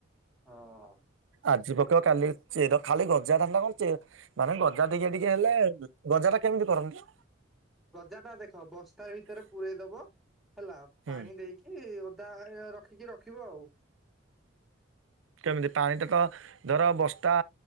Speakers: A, in the centre; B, on the right.
A: ହଁ
B: ଆଜି ପକେଇବ କାଲି ଚେର ଖାଲି ଗଜା ନା କଣ? ମାନେ ଗଜା ଟିକେ ଟିକେ ହେଲେ ଗଜା ଟା କେମିତି କରନ୍ତି?
A: ଗଜା ଟା ଦେଖ ବସ୍ତା ଭିତରେ ପୂରେଇ ଦବ ହେଲା
B: ହୁଁ
A: ପାଣି ଦେଇକି କି ଓଦା <unintelligible> ରଖିକି ରଖିବ ଆଉ।
B: କେମିତି ପାଣିଟା ତ ଧର ବସ୍ତା